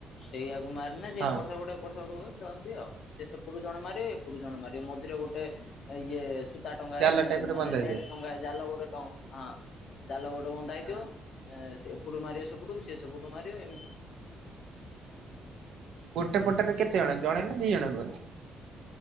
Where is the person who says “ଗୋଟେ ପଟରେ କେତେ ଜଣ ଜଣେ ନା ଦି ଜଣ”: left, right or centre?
Right